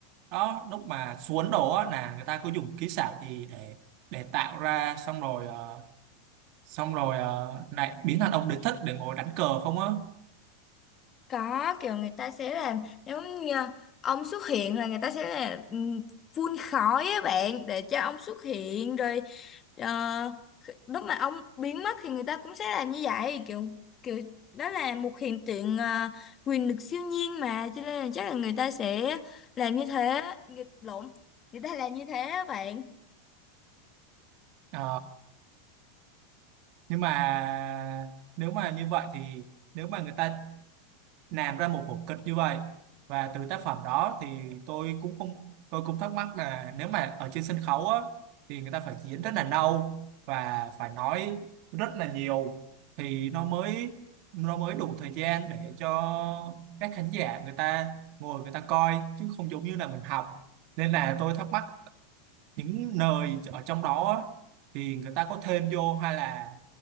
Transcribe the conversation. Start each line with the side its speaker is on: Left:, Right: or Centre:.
Right: đó lúc mà xuống đổ á là người ta có dùng kỹ xảo gì để để tạo ra xong rồi ờ, xong rồi ờ, lại biến thành ông đế thích để ngồi đánh cờ không á
Left: Có kiểu người ta sẽ làm nếu như ông xuất hiện là người ta sẽ là ừm, phun khói á bạn để cho ông xuất hiện rồi ờ, khi- lúc mà ông biến mất thì người ta cũng sẽ làm như vậy kiểu kiểu đó là một hiện tượng ờ, quyền lực siêu nhiên mà cho nên là chắc là người ta sẽ làm như thế nghịch lộn người ta làm như thế á bạn
Right: Ờ, nhưng mà nếu mà như vậy thì nếu mà người ta làm ra một vở kịch như vậy và từ tác phẩm đó thì tôi cũng không tôi cũng thắc mắc là nếu mà ở trên sân khấu á thì người ta phải diễn rất là lâu và phải nói rất là nhiều thì nó mới nó mới đủ thời gian để cho các khán giả người ta ngồi người ta coi chứ không giống như là mình học nên là tôi thắc mắc những nơi ở trong đó á, thì người ta có thêm vô hay là